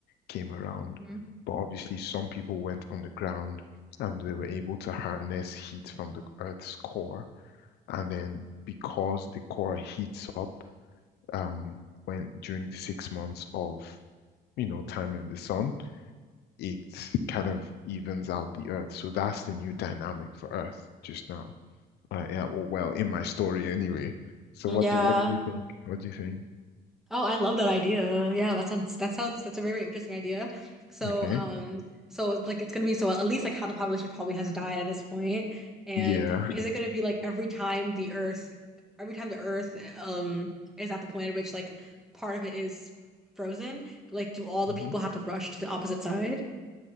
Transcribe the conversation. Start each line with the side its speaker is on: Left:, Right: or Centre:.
Left: came around.
Centre: Mm.
Left: But obviously, some people went on the ground and they were able to harness heat from the Earth's core. And then because the core heats up um, when during the six months of, you know, time in the sun, it kind of evens out the earth. So that's the new dynamic for Earth just now. Uh, yeah, or well, in my story anyway. So
Centre: Yeah.
Left: what do what do you think? What do you think?
Centre: Oh, I love that idea. Yeah, that sounds that sounds that's a very, very interesting idea. So,
Left: Okay.
Centre: um, so it's like it's gonna be so at least like how the population probably has died at this point, and
Left: Yeah.
Centre: is it gonna be like every time the Earth, every time the Earth, um, is at the point at which like part of it is frozen? Like, do all
Left: Mhm.
Centre: the people have to rush to the opposite side?